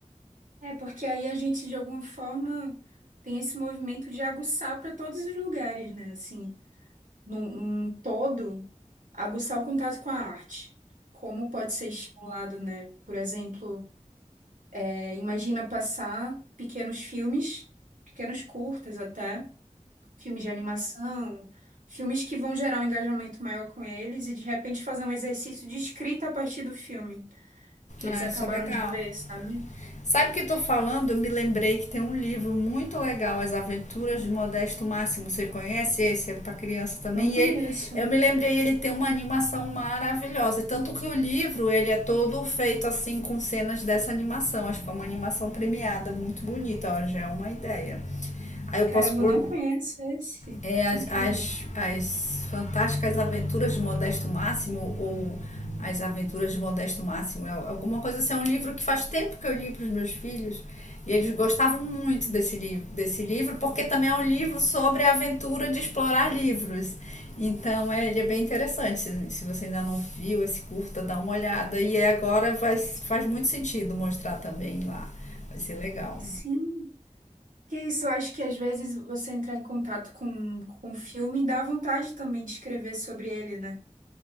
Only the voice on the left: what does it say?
Ah,
isso é legal.
Sabe o que estou falando? Eu me lembrei que tem um livro muito legal, As Aventuras de Modesto Máximo. Você conhece esse? É para criança também.
E
ele, eu me lembrei, ele tem uma animação maravilhosa. Tanto que o livro, ele é todo feito assim com cenas dessa animação. Acho que é uma animação premiada, muito bonita. Olha já é uma ideia. Aí eu
posso pôr
é,
as,
as, as Fantásticas Aventuras de Modesto Máximo ou As Aventuras de Modesto Máximo, é alguma coisa assim, é um livro que faz tempo que eu li para os meus filhos e eles gostavam muito desse, livro desse livro, porque também é um livro sobre a aventura de explorar livros. Então é, ele é bem interessante. Se, se você ainda não viu esse curta, dá uma olhada. E agora vai, faz muito sentido mostrar também lá. Vai ser legal.